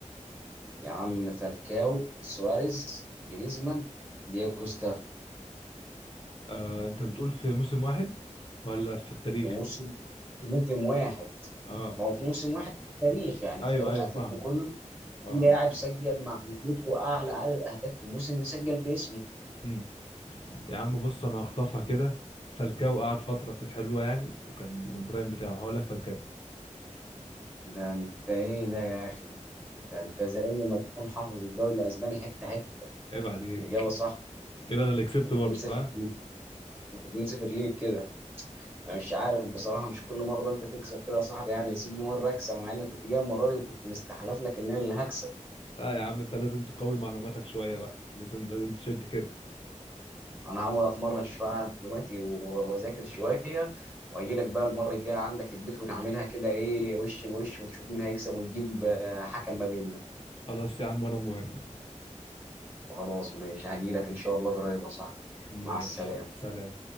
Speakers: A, on the right; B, on the left.
A: يا عم فالكاو سواريز جريزمان دياغو كوستا
B: آه انت بتقول في موسم واحد ولا في التاريخ
A: في موسم في موسم واحد
B: اه
A: ما هو في موسم واحد في التاريخ يعني
B: ايوه
A: في تاريخ
B: ايوه
A: أتلتيكو
B: فاهمك
A: كله في
B: اه
A: لاعب
B: اه
A: سجل مع أتلتيكو أعلى عدد أهداف في موسم مسجل باسمه
B: امم يا عم بص انا هخطفها كده فالكاو قعد فتره كانت حلوه يعني وكان البرايم بتاعه هقول لك فالكاو
A: ده أنت إيه ده يا أخي؟ ده أنت زي ما تكون حافظ الدوري الأسباني حتة حتة
B: عيب عليك
A: الإجابة صح
B: كده انا اللي كسبت
A: 2-0
B: برضه فاهم
A: ليك 2-0 ليك كده انا مش عارف بصراحه مش كل مره انت تكسب كده يا صاحبي يعني سيبني مره اكسب مع اني كنت جاي المره دي وكنت مستحلف لك ان انا اللي هكسب
B: لا يا عم انت لازم تقوي معلوماتك شويه بقى لازم لازم تشد كده
A: انا هقعد اتمرن شويه على معلوماتي و- واذاكر شويه واجي لك بقى المره الجايه عندك البيت ونعملها كده ايه وش لوش ونشوف مين هيكسب ونجيب آه، حكم ما بيننا
B: خلاص يا عم وانا موافق
A: خلاص ماشي هجي لك ان شاء الله قريب يا صاحبي
B: ماشي
A: مع السلامه
B: سلام